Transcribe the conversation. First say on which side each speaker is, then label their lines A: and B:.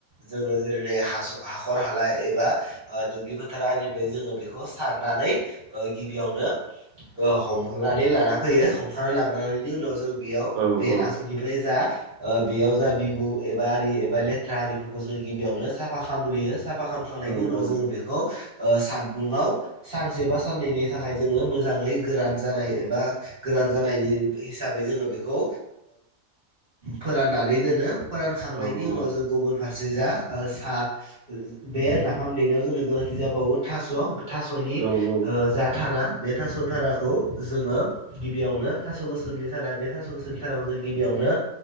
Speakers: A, on the right; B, on the right.
A: जोङो जेरै हाखर हाला एबा दुब्लि फोथार आरि फोरनिफ्राय जोङो बेखौ सारनानै गिबियावनो हमग्रोनानै लाना फैयो। खनानै लाबोनायनि उनाव जों बेयाव
B: औ
A: बे
B: औ
A: नाखोनिफ्राय जा बेयाव जा बिबु एबा आरि एबा लेथ्रा आरिफोरखौ जों गिबियावनो साफा खामग्रोयो साफा फा खालामखांनायनि
B: औ
A: उनाव जोङो बेखौ सानदुङाव सानसे बा साननैनि थाखाय जोङो मोजाङै गोरान जानाय एबा गोरान जानायनि हिसाबै जोङो बेखौ फोराननानै दोनो। फोरानखांनायनि
B: औ
A: उनाव जों गुबुन फारसे जा सा बे नाफाम देनायाव जोंनो गोनांथि जाबावो थास' थास'नि
B: औ औ औ
A: जा थारा बे थास' थाराखौ जोङो गिबियावनो थास' गोसोमनि थारा बे थास' गोसोमनि थाराखौ जों गिबियावनो